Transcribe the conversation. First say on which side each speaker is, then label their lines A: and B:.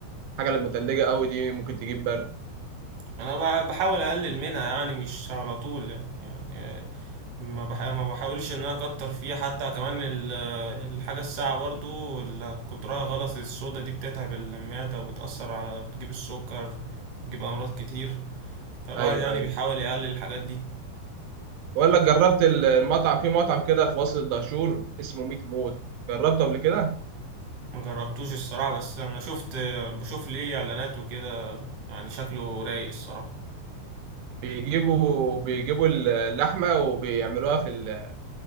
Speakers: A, on the right; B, on the right.
A: الحاجة اللي متلجة قوي دي ممكن تجيب برد
B: انا ب- بحاول اقلل منها يعني مش على طول يعني, يعني ما بح- ما بحاولش ان انا اكتر فيها حتى كمان ال- الحاجه الساعه برضو اللي كترها غلط الصودا دي بتتعب المعده وبتاثر على بتجيب السكر بتجيب امراض كتير فالواحد
A: ايوه
B: يعني
A: ايوه
B: بيحاول يقلل الحاجات دي
A: بقول لك جربت المطعم في مطعم كده في وسط الدهشور اسمه ميت موت جربته قبل كده
B: ما جربتوش الصراحه بس انا شفت بشوف ليه اعلانات وكده يعني شكله رايق الصراحه
A: بيجيبوا بيجيبوا اللحمه وبيعملوها في ال-